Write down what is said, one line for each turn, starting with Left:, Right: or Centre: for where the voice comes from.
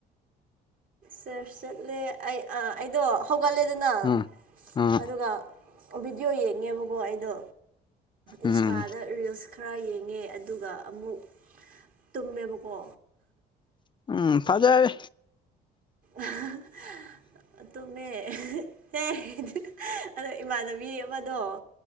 Right: ꯁꯔ ꯆꯠꯂꯦ ꯑꯩ ꯑꯩꯗꯣ ꯍꯧꯒꯠꯂꯦꯗꯅ
Left: ꯎꯝ ꯎꯝ
Right: ꯑꯗꯨꯒ ꯚꯤꯗꯤꯑꯣ ꯌꯦꯡꯉꯦꯕꯀꯣ ꯑꯩꯗꯣ ꯏꯟꯁꯇꯥꯗ
Left: ꯎꯝ
Right: ꯔꯤꯜꯁ ꯈꯔ ꯌꯦꯡꯉꯦ ꯑꯗꯨꯒ ꯑꯃꯨꯛ ꯇꯨꯝꯃꯦꯕꯀꯣ
Left: ꯎꯝ ꯐꯖꯔꯦ
Right: ꯑꯍꯥ ꯍꯥ ꯇꯨꯝꯃꯦ ꯑꯦ ꯑꯗꯨ ꯑꯗꫭ ꯏꯃꯥꯟꯅꯕꯤ ꯑꯃꯗꯣ